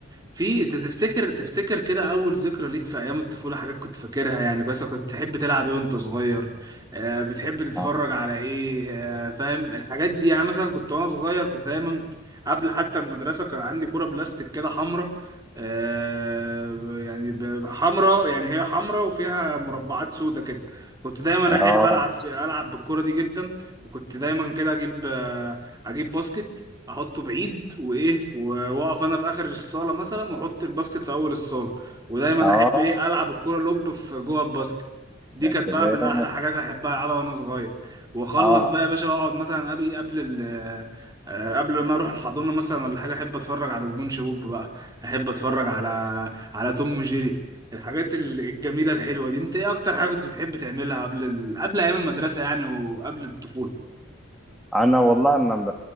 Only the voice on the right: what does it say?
في انت تفتكر تفتكر كده اول ذكرى ليك في ايام الطفوله حاجات كنت فاكرها يعني كويس كنت بتحب تلعب ايه وانت صغير آه بتحب تتفرج
على ايه آه فاهم الحاجات دي يعني مثلا كنت وانا صغير كنت دايما قبل حتى المدرسه كان عندي كوره بلاستيك كده حمراء آه ب- يعني ب- حمراء يعني هي حمراء وفيها مربعات سودا كده كنت دايما
احب العب في العب بالكوره دي جدا وكنت دايما كده اجيب آه، اجيب باسكت احطه بعيد وايه واقف انا في اخر الصاله مثلا واحط الباسكت في اول الصاله ودايما
احب ايه العب الكوره لوب في جوه الباسكت دي
كانت
بقى من احلى حاجات احبها العبها وانا صغير واخلص
بقى يا باشا واقعد مثلا قبل قبل ال آه، قبل ما اروح الحضانه مثلا ولا حاجه احب اتفرج على سبونج بوب بقى احب اتفرج على على توم وجيري الحاجات ال- الجميله الحلوه دي انت ايه اكتر حاجه كنت بتحب تعملها قبل ال... قبل ايام المدرسه يعني وقبل الطفوله